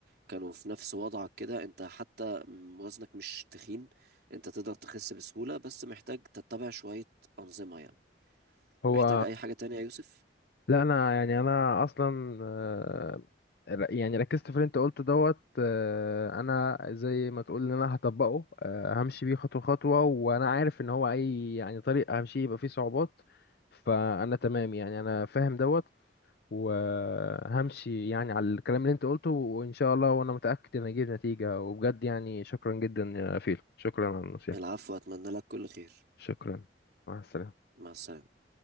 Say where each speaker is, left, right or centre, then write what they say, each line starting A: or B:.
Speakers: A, on the right; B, on the left.
A: كانوا في نفس وضعك كده انت حتى م- وزنك مش تخين انت تقدر تخس بسهولة بس محتاج تتبع شوية أنظمة يعني
B: هو
A: محتاج أي حاجة تانية يا يوسف
B: لا انا يعني انا اصلا آه، ر- يعني ركزت في اللي انت قلته دوت آه، انا زي ما تقول ان انا هطبقه آه، همشي بيه خطوه خطوه وانا عارف ان هو اي يعني طريق همشي يبقى فيه صعوبات فانا تمام يعني انا فاهم دوت وهمشي يعني على الكلام اللي انت قلته وان شاء الله وانا متاكد ان اجيب نتيجه وبجد يعني شكرا جدا يا فيل شكرا على النصيحه
A: العفو أتمنى لك كل خير
B: شكرا مع السلامه
A: مع السلامة